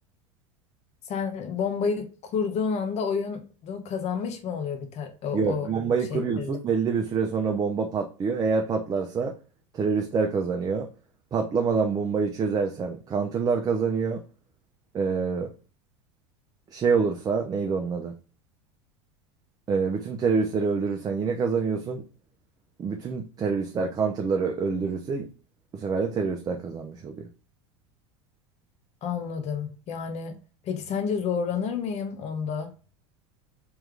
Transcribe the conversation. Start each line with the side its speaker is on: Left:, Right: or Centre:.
Left: Sen bombayı kurduğun anda oyunu kazanmış mı oluyor bir tar o, o
Right: Yok, bombayı
Left: şey
Right: kuruyorsun.
Left: servis?
Right: Belli bir süre sonra bomba patlıyor. Eğer patlarsa teröristler kazanıyor. Patlamadan bombayı çözersen counter'lar kazanıyor. Ee, şey olursa neydi onun adı? Ee, bütün teröristleri öldürürsen yine kazanıyorsun. Bütün teröristler counter'ları öldürürse bu sefer de teröristler kazanmış oluyor.
Left: Anladım. Yani peki sence zorlanır mıyım onda?